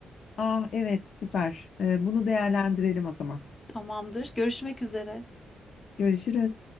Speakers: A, on the left; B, on the left.
A: Ah evet süper. E, bunu değerlendirelim o zaman.
B: <laughs> Tamamdır. Görüşmek üzere.
A: Görüşürüz.